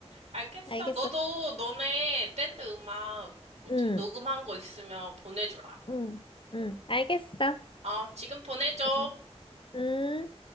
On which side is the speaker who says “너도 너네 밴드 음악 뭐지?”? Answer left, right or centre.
Right